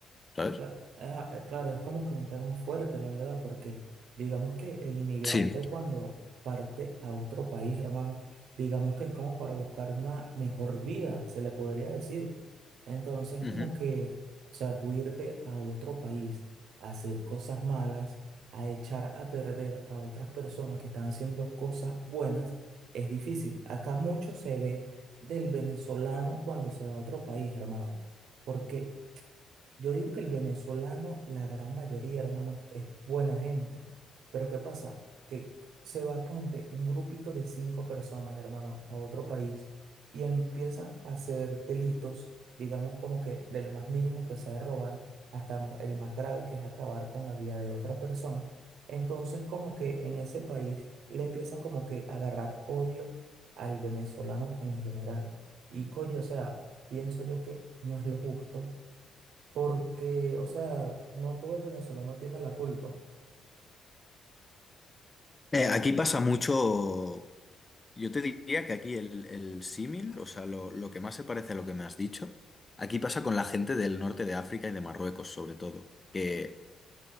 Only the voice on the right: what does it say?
Cla- ah, eh, Claro, es como que un tema fuerte, la verdad, porque digamos que el inmigrante
cuando parte a otro país, hermano, digamos que es como para buscar una mejor vida, se le podría decir. Entonces,
como que, o sea, tú irte a otro país a hacer cosas malas, a echar a perder a otras personas que están haciendo cosas buenas, es difícil. Acá mucho se ve del venezolano cuando se va a otro país, hermano. Porque yo digo que el venezolano, la gran mayoría, hermano, es buena gente. Pero ¿qué pasa? Que se va, ponte, un grupito de cinco personas, hermano, a otro país y empieza a hacer delitos, digamos como que del más mínimo que sea robar hasta el más grave que es acabar con la vida de otra persona. Entonces como que en ese país le empiezan como que a agarrar odio al venezolano en general. Y coño, o sea, pienso yo que no es lo justo porque, o sea, no todo el venezolano tiene la culpa,